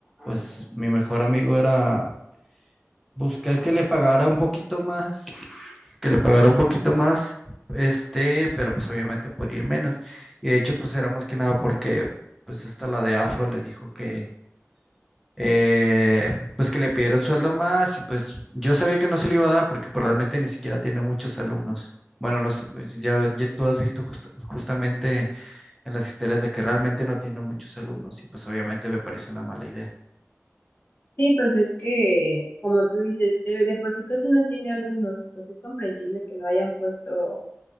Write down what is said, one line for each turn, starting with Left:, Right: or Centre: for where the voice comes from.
Centre: pues mi mejor amigo era buscar que le pagara un poquito más, que le pagara un poquito más, este, pero pues obviamente por ir menos. Y de hecho, pues era más que nada porque, pues esta la de Afro le dijo que, eh, pues que le pidieron sueldo más y pues yo sabía que no se le iba a dar porque probablemente ni siquiera tiene muchos alumnos. Bueno, no sé, pues, ya, ya tú has visto justa- justamente en las historias de que realmente no tiene muchos alumnos y pues obviamente me parece una mala idea.
Left: Sí, pues es que, como tú dices, el de por sí casi no tiene alumnos y pues es comprensible que lo hayan puesto